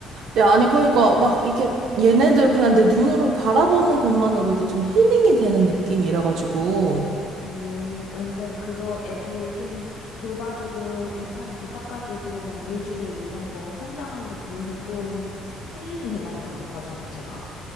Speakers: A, on the right; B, on the left.
A: 야, 아니, 그러니까 막 이게 얘네들 그냥 내 눈으로 바라보는 것만으로도 좀 힐링이 되는 느낌이라가지고.
B: 오, 그러니까 그거 애들 좀 돌봐주고 이파리도 닦아주고 막 물 주고 이런 거 성장하는 거 보면서 좀 힐링이 되나 보다. 그 과정 자체가.